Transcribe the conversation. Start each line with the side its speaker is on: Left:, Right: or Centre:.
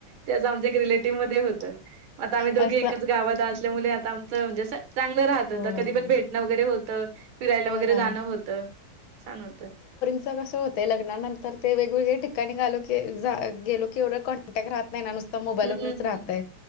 Right: त्याच आमच्या एक रिलेटिव्ह मध्ये होतं आता आम्ही दोघी
Left: असं
Right: एकच गावात असल्यामुळे आता आमचं म्हणजे अस चांगलं राहत
Left: हो.
Right: होत कधी पण भेटणं वगैरे होतं फिरायला
Left: हो
Right: वगैरे
Left: ना.
Right: जाणं होतं छान होतं.
Left: आता कस होते लग्नानंतर ते वेगवेगळे ठिकाणी गालो की गेलो की एवढं कॉन्टॅक्ट राहत नाही ना नुसत ता मोबाईलवरूनच
Right: हं, हं,
Left: राहतय
Right: हं.